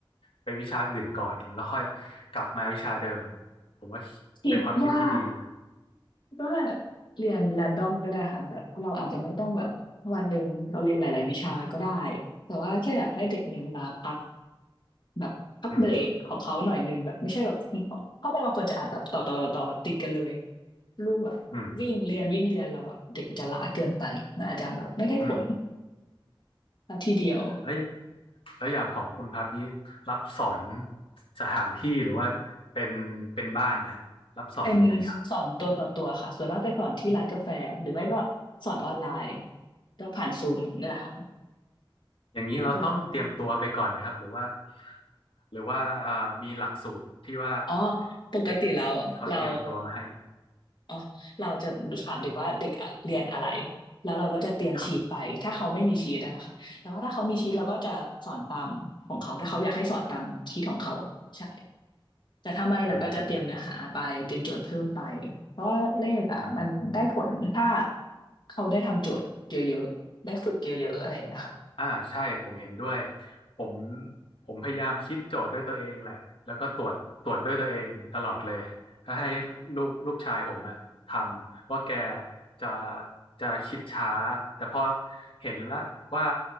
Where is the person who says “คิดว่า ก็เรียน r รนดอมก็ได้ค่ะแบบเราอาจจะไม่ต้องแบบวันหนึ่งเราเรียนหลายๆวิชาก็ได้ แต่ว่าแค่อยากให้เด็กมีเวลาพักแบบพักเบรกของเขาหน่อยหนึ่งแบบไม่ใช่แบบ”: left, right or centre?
Left